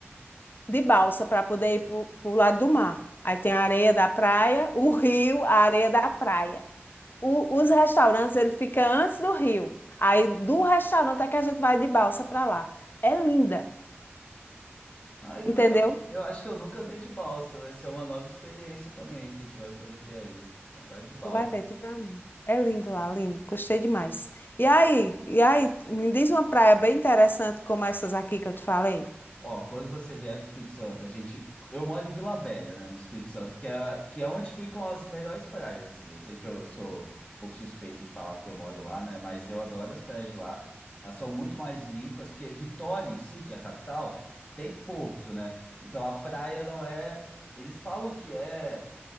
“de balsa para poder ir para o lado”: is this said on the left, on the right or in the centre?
Left